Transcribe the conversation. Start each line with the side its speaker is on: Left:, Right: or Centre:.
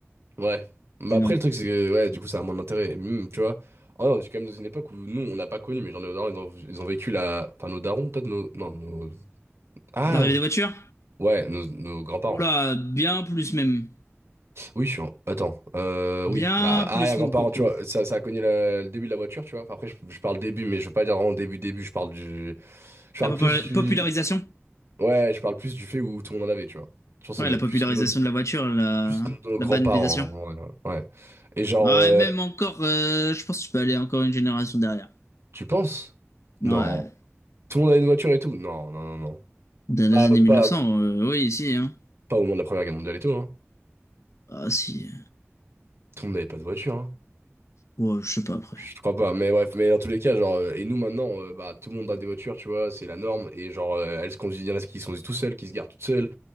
Right: Ouais. Mais
Left: du
Right: après
Left: nom.
Right: le truc c'est que ouais, du coup ça a moins d'intérêt. Et même, tu vois. Oh non, c'est quand même dans une époque où nous on n'a pas connu, mais genre nos darons ils ont, ils ont vécu la enfin nos darons peut-être nos non nos ah
Left: De L'arrivée des voitures?
Right: ouais, nos, nos grands-parents.
Left: Oh là, bien plus même.
Right: Oui, je suis en... Attends, euh, oui,
Left: Bien
Right: bah, arrière-grand-parent,
Left: plus, mon coco.
Right: tu vois, ça, ça a cogné le, le début de la voiture, tu vois. Enfin, après, je, je parle début, mais je veux pas dire vraiment début, début, je parle du... Je parle
Left: La popu-
Right: plus du...
Left: popularisation?
Right: Ouais, je parle plus du fait où tout le monde en avait, tu vois. Je pense
Left: Ouais,
Right: que c'est
Left: la
Right: nos-
Left: popularisation
Right: plus nos,
Left: de la voiture, la,
Right: plus nos
Left: la
Right: grands-parents,
Left: banalisation.
Right: en vrai, ouais. Et genre,
Left: Ouais,
Right: euh,
Left: même encore, euh, je pense que tu peux aller encore une génération derrière.
Right: tu penses?
Left: Ouais,
Right: Non. Tout le monde avait une voiture et tout? Non, non, non, non.
Left: dans
Right: Pas,
Left: les années 1900,
Right: pas,
Left: euh, oui, si, hein.
Right: pas au moment de la Première Guerre mondiale et tout, hein.
Left: Ah, si.
Right: Tout le monde n'avait pas de voiture, hein.
Left: Ouais, je sais pas, après
Right: Je crois pas, mais bref, mais dans tous les cas, genre, euh, et nous maintenant, euh, bah, tout le monde a des voitures, tu vois, c'est la norme, et genre, euh, elles se conduisent, il y en a qui se conduisent tout seules, qui se garent toutes seules,